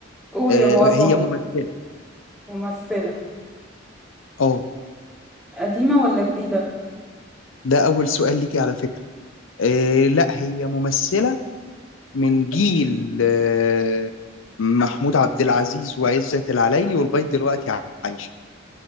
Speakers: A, in the centre; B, on the left (about 85°).
A: قول
B: آه،
A: يا أبو قلب
B: هي
A: أبيض
B: ممثله
A: ممثلة
B: اه
A: قديمة ولا جديدة؟
B: ده اول سؤال ليكي على فكره آه، لا هي ممثلة من جيل آه، محمود عبد العزيز وعزت العلايلي ولغاية دلوقتي عايشة